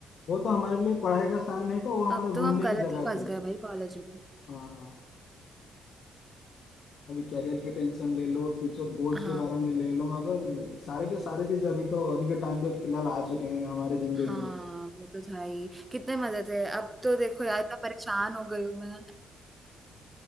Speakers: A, on the left; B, on the right.
A: वो तो हमारे लिए पढ़ाई का स्थान नहीं था वो हमारे
B: अब
A: घूमने
B: तो हम गलत
A: की जगह
B: ही फंस
A: थी
B: गए भाई कॉलेज में
A: हाँ अभी कैरियर की टेंशन ले लो फ्यूचर गोल्स
B: हाँ
A: के बारे में ले लो मगर सारे के सारे चीज अभी तो अभी के टाइम पे फिलहाल आ चुके हैं हमारे जिंदगी
B: हाँ
A: में
B: वो तो था ही कितने मजे थे अब तो देखो यार इतना परेशान हो गई हूँ मैं